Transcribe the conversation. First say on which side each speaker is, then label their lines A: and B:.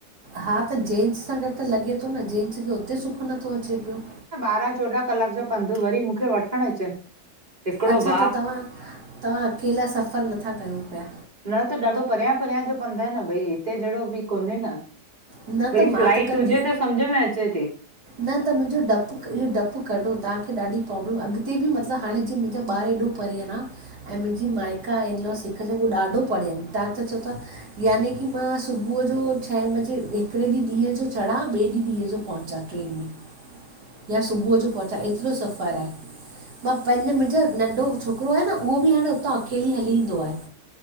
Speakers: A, on the right; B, on the right.
A: हा त, ॼेंन्स सां गॾु त लॻे तो न, ॼेंन्स खे उते सुख नथो अचे पियो।
B: ॿारहां चोॾहां कलाकु ॼा पंधु वरी मुखे वठणु अचनि हिकिड़ो
A: अच्छा
B: भाउ
A: त तवां, तवां अकेला सफ़र नथा कयो पिया
B: न त ॾाढो परियां-परियां ॼो पंधु आए न भई हिते ॼहिड़ो ॿि कोने न
A: न
B: भई
A: त
B: फ्लाइट
A: मां कंदी
B: हुॼे त, सम्झ में अचे ती।
A: न त मिंॼो डपु इहो डपु कढो। तहांखे ॾाढी प्रॉब्लम अॻिते ॿि मतिलॿु हांणें ॼींअं मिंजा ॿारु ऐॾो परे आ ना ऐं मिंॼी माइका इनलॉस हिकु ॼो हू ॾाढो परे अनि। तां त चओ ता याने की मां सुबुअ ॼो छहें ॿॼे हिकिड़े ॾींहुं ॾींहुं जो चड़ा, ॿिए ॾींहुं ॾींहं ॼो पहुचा। ट्रेन में, या सुबुअ ॼो पहुचां एतिरो सफ़रु आए। मां पंॼ मिंॼो नंढो छोकिरो आह न, उहो ॿि हांण उतां अकेली हली ईंदो आह।